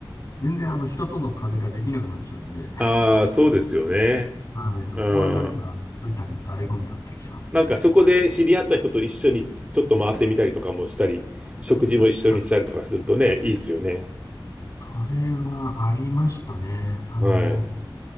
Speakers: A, on the left; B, on the right.
A: 全然あの人との壁ができなくなっちゃうんで、
B: ああ、そうですよね。
A: はい、そこはなんか一人旅の醍醐味だったりしますね。
B: うん。なんかそこで知り合った人と一緒にちょっと回ってみたりとかもしたり、食事も一緒にしたりとかするとね、
A: あ、
B: いいですよね。
A: それはありましたね。あの、
B: はい。